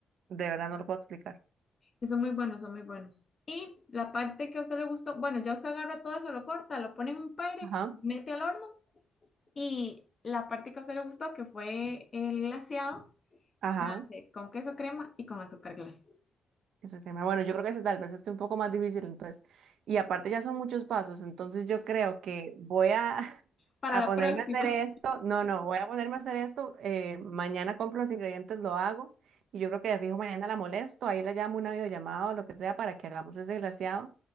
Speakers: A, on the right; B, on the left.
A: de verdad no lo puedo explicar.
B: que son muy buenos, son muy buenos. Y la parte que a usted le gustó, bueno, ya usted agarra todo eso, lo corta, lo pone en un Pyrex,
A: Ajá,
B: mete al horno y la parte que a usted le gustó, que fue el glaseado,
A: ajá.
B: se hace con queso crema y con azúcar glass
A: Ese tema. Bueno, yo creo que ese tal vez esté un poco más difícil, entonces. Y aparte ya son muchos pasos, entonces yo creo que voy a, <laughs>
B: Para
A: a
B: la
A: ponerme
B: próxima.
A: a hacer esto. No, no, voy a ponerme a hacer esto. eh, mañana compro los ingredientes, lo hago. Y yo creo que de fijo mañana la molesto, ahí la llamo una videollamada o lo que sea para que hagamos ese glaseado.